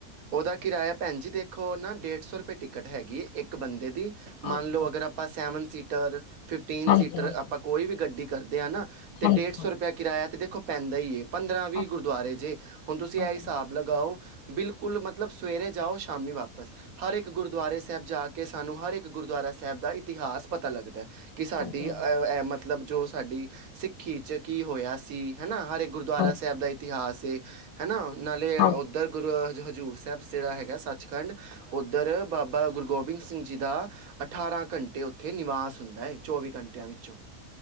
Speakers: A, on the right; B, on the left.
A: ਉਹਦਾ ਕਿਰਾਇਆ ਭੈਣ ਜੀ ਦੇਖੋ ਨਾ ਡੇਢ ਸੌ ਰੁਪਏ ਟਿਕਟ ਹੈਗੀ ਹੈ ਇੱਕ ਬੰਦੇ ਦੀ ਮੰਨ
B: ਅੱਛਾ
A: ਲਓ
B: ਜੀ,
A: ਅਗਰ ਆਪ। ਆਪਾਂ ਸੈਵਨ ਸੀਟਰ ਫਿਫਟੀਨ
B: ਹਾਂਜੀ
A: ਸੀਟਰ
B: ਹਾਂਜੀ
A: ਆਪਾਂ ਕੋਈ ਵੀ ਗੱਡੀ ਕਰਦੇ ਹਾਂ ਨਾ ਅਤੇ
B: ਹਾਂਜੀ
A: ਡੇਢ ਸੌ
B: ਹਾਂਜੀ
A: ਰੁਪਇਆ। ਕਿਰਾਇਆ ਤੇ ਦੇਖੋ ਪੈਂਦਾ ਹੀ ਏ ਪੰਦਰਾਂ ਵੀਹ
B: ਅੱਛਾ,
A: ਗੁਰਦੁਆਰੇ ਜੇ ਹੁਣ ਤੁਸੀਂ
B: ਹਾਂਜੀ
A: ਇਹ ਹਿਸਾਬ।
B: ਹਾਂਜੀ
A: ਲਗਾਓ। ਬਿਲਕੁਲ ਮਤਲਬ ਸਵੇਰੇ ਜਾਓ ਸ਼ਾਮੀ ਵਾਪਸ ਹਰ ਇੱਕ ਗੁਰਦੁਆਰੇ ਸਾਹਿਬ ਜਾ ਕੇ ਸਾਨੂੰ। ਹਰ ਇੱਕ ਗੁਰਦੁਆਰਾ ਸਾਹਿਬ ਦਾ ਇਤਿਹਾਸ ਪਤਾ ਲੱਗਦਾ। ਕਿ ਸਾਡੀ
B: ਹਾਂਜੀ ਹਾਂਜੀ ਹਾਂਜੀ
A: ਐ ਮਤਲਬ, ਜੋ ਸਾਡੀ ਸਿੱਖੀ 'ਚ ਕੀ ਹੋਇਆ ਸੀ ਹੈ ਨਾ। ਹਰੇ ਗੁਰਦੁਆਰਾ
B: ਹਾਂਜੀ ਹਾਂਜੀ ਹਾਂਜੀ,
A: ਸਾਹਿਬ ਦਾ ਇਤਿਹਾਸ ਏ ਹਨਾ। ਨਾਲੇ
B: ਅੱਛਾ
A: ਉੱਧਰ ਗੁਰ ਹਜ਼ੂਰ ਪ੍ਰਭ ਸੇਵਾ ਹੈਗਾ ਸੱਚਖੰਡ, ਉੱਧਰ ਬਾਬਾ ਗੁਰੂ ਗੋਬਿੰਦ ਸਿੰਘ ਜੀ ਦਾ ਅਠਾਰਾਂ ਘੰਟੇ ਉੱਥੇ ਨਿਵਾਸ ਹੁੰਦਾ ਏ। ਚੌਵੀ ਘੰਟਿਆਂ ਵਿੱਚੋਂ